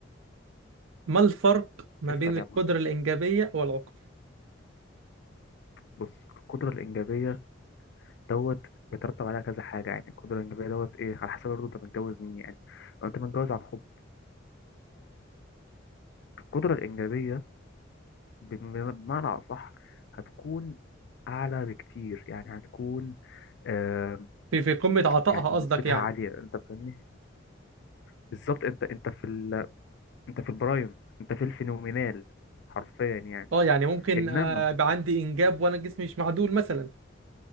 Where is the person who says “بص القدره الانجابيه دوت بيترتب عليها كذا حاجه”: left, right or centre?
Left